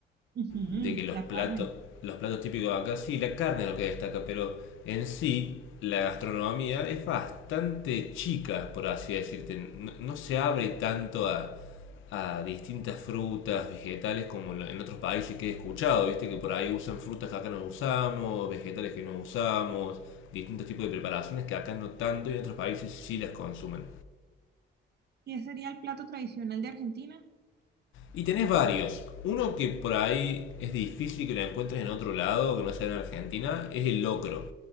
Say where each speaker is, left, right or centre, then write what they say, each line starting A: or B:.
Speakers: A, on the right; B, on the left.
A: Ujú,
B: de que los
A: la
B: platos,
A: carne.
B: los platos típicos de acá, sí, la carne es lo que destaca, pero en sí la gastronomía es bastante chica, por así decirte. No, no se abre tanto a, a distintas frutas, vegetales, como en otros países que he escuchado, ¿viste? Que por ahí usan frutas que acá no usamos, vegetales que no usamos, distintos tipos de preparaciones que acá no tanto y en otros países sí las consumen.
A: ¿Qué sería el plato tradicional de Argentina?
B: Y tenés varios. Uno que por ahí es difícil que lo encuentres en otro lado, que no sea en Argentina, es el locro.